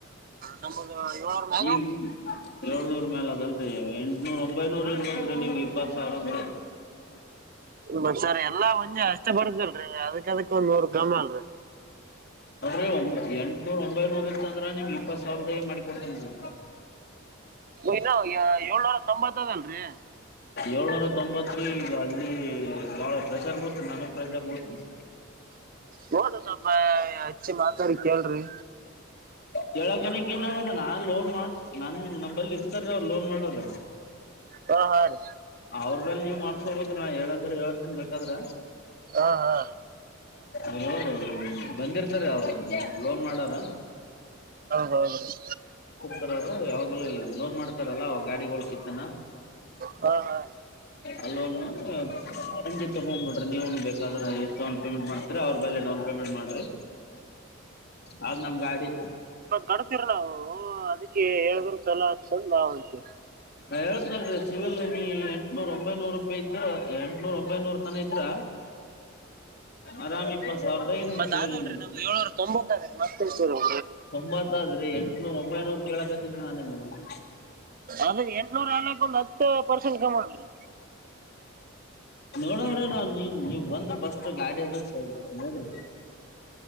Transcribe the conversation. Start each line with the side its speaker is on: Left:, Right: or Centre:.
Right: ನಮಗ ಏಳ್ನೂರ್ ಮ್ಯಾಗ
Left: ಈ
Right: ಆದ್ರಿ
Left: ಏಳ್ನೂರ್ ಮೇಲ್ ಅದಲ್ ಅ ಎಂಟನೂರ ಒಂಬೈನೂರ ಇರ್ಬೇಕ್ರೀ ನಿಮ್ ಇಪ್ಪತ್ ಸಾವಿರ ಅಂತ
Right: ಬಸಾರೆ ಎಲ್ಲಾ ಒಂಜೆ ಅಷ್ಟೇ ಬರ್ದರು ಅದಕ್ಕ ಅದಕ್ ಒಂದ್ ನೂ ಕಾಮ ಅಲ್ರಿ
Left: ೀ ಒ ಎಂಟನೂರ ಒಂಬೈನೂರ ಇತ್ತ ಅಂದ್ರೆ ನಿಮ್ಗೆ ಇಪ್ಪತ್ ಸಾವಿರದಾಗ ಮಾಡಿ ಕೊಡ್ತೀನ್ಿ
Right: ಇನ್ನ ಏಳ್ನೂರ ತೊಂಬತ್ತದ ಅಲ್ರಿ
Left: ಏಳ್ನೂರ ತೊಂಬತ್ ಈಗ ಅಲ್ಲಿ ಬಾಳ ಪ್ರೆಸರ್ ಬರ್ತ ನನಗ್ ಪ್ರೆಸರ್ ಬರ್ತಿಲ್ಲ
Right: ನೋಡ್ರಿ ಸ್ವಲ್ಪ ಹಚ್ಚಿ ಮಾತಾಡಿ ಕೇಳ್ರಿ
Left: ಕಕನ ಏನಾದ್ರ ನಾ ಲೋನ್ ಮಾಡ ನ ನ ಇರ್ತಾರ ಲೋನ್ ಮಾಡ್ರ
Right: ಹಾ ಹಾ ರೀ
Left: ಅವ ನೀವು್ ಹೋಗದ ನಾ ಹೇಳಂದ್ರೆ ಯಏರ್ ತಿನ್ ಬೇಕಾದ್ರ
Right: ಹಾ ಹಾ
Left: ಅವರು ಬಂದಿರ್ತಾರೆ ಅವ್ರು ಲೋನ್ ಮಾಡಾರ
Right: ಹೌದೌದ್ರಿ
Left: ಡ್ತರ ಯಾವಾಗಲ ಲೋನ್ ಮಾಡ್ತ ಲ್ಲ ಗಾಡಿಗಳಳ ಕಿತ್ತನಾ
Right: ಹಾ ಹಾ
Left: ಅಲ್ಲನು ಸಂಜಿ ತಗೊಂಡ್ಬಿಟ್ರಿ ನೀವನು ಬೇಕಾದ್ರೆ ಎಷ್ಟೊ ತ ಅವ್ರ ಬೆಲೆ ಡೌನ್ ಪೇಮೆಂಟ್ ಮಾಡ್ರಿ ಆದದ ನಮ್ ಗಾಡಿ
Right: ಕಡ್ತೀರ ನಾವು ಅದಕ್ಕೆ ಹೇಳಿದ್ರ ಚಛಲೋ ಆತಂದ ನಾವತೆ
Left: ನಾ ಹೇಳ್ತನ್ರೀ ಸಿವಿಲ್ ನೀ ಎಂಟನೂರ ಒಂಬೈನೂರು ರೂಪಾಯಿ ಇದ್ರ ಎಂಟನೂರ ಒಂಬೈನೂರ ತನ ಇದ್ರ ಆರಾಮ್ ಇಪ್ಪತ್ ಸಾವಿರದಾಗ ನಿನ್
Right: ಮತ್ತ
Left: ಸಿವಿಲ್
Right: ಅದಲ್ೀ ನಮ್ದ ಏಳ್ನೂರ ತೊಂಬತ್ತ ಅದ್ರೀ ಮತ್ತಸೂರುಿ
Left: ಒಂಬತ್ ಆದ್ರಿ ಎಂಟನೂರ ಒಂಬೈನೂರ್ ಕೇಳಕತ್ತನ್ಿ ನಾನೇ ಮಾಡಡ
Right: ಅದ್ರ ಎಂಟ್ನೂರ ಆಲಕ್ ಒಂದ್ ಹತ್ತು ಪರ್ಸೆಂಟ್ ಕಮ್ಮಿ ಮಾಡ್ರಿ
Left: ನೋಡಣಿ ನಾನ್ ನೀ ನೀವ್ ಬಂದ ಸ್ು ಗಾಡಿ ಅದು ನೋಡ್ರಿ